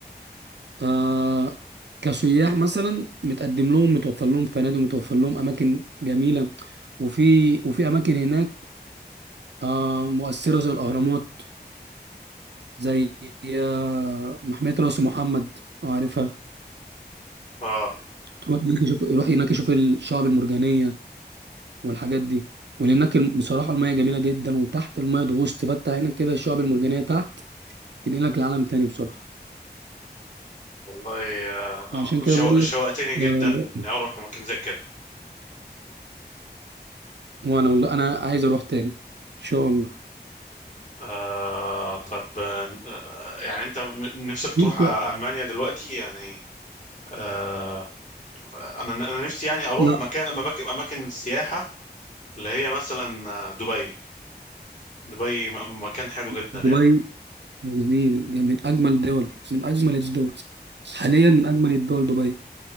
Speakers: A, on the right; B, on the left.
A: آه كسياح مثلا متقدم لهم متوفر لهم فنادق متوفر لهم اماكن جميله وفي وفي اماكن هناك آه مؤثره زي الاهرامات زي آه، محمية راس محمد لو عارفها
B: آه
A: تروح هناك يشوف يروح هناك يشوف الشعاب المرجانية والحاجات دي وهناك الم- بصراحة المياه جميلة جدا وتحت المياه تغوص تفتح هناك كده الشعاب المرجانية تحت تنقلك لعالم تاني بصراحة
B: والله آه
A: عشان كده
B: شو...
A: بقول
B: شوقتني
A: لك
B: جدا
A: آه،
B: إني
A: لا.
B: أروح مكان زي كده
A: وانا والله انا عايز اروح تاني ان شاء الله
B: آه طب آه يعني أنت م- نفسك تروح
A: انت
B: أ- ألمانيا دلوقتي يعني آه انا انا نفسي يعني اروح
A: لا
B: مكان اماكن اماكن السياحه اللي هي مثلا آه، دبي دبي م- مكان حلو جدا
A: دبي
B: يعني
A: جميل جميل من اجمل دول من اجمل الدول حاليا من اجمل الدول دبي